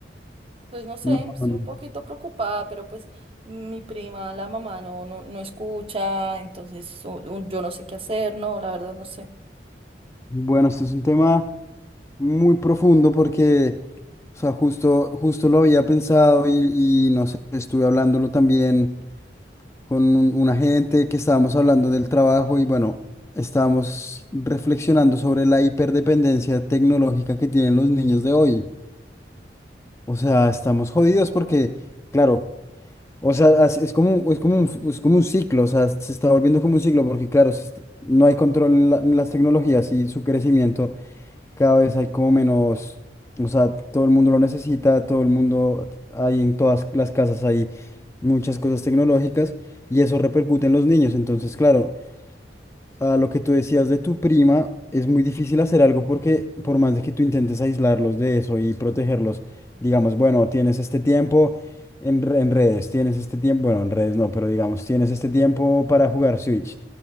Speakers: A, on the right (about 30°); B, on the left (about 15°).
A: Pues no sé,
B: No,
A: estoy
B: no, no.
A: un poquito preocupada, pero pues mi prima, la mamá, no, no, no escucha, entonces u- u- yo no sé qué hacer, no, la verdad no sé.
B: Bueno, este es un tema muy profundo porque, o sea, justo, justo lo había pensado y, y no sé, estuve hablándolo también con un, una gente que estábamos hablando del trabajo y bueno, estábamos reflexionando sobre la hiperdependencia tecnológica que tienen los niños de hoy. O sea, estamos jodidos porque, claro, o sea, as- es como, es como un, f- es como un ciclo, o sea, se está volviendo como un ciclo porque, claro, se est- no hay control en, la- en las tecnologías y su crecimiento cada vez hay como menos, o sea, todo el mundo lo necesita, todo el mundo, hay en todas las casas hay muchas cosas tecnológicas y eso repercute en los niños. Entonces, claro, a lo que tú decías de tu prima, es muy difícil hacer algo porque por más de que tú intentes aislarlos de eso y protegerlos, digamos, bueno, tienes este tiempo. En, re- en redes, tienes este tiempo, bueno, en redes no, pero digamos, tienes este tiempo para jugar Switch.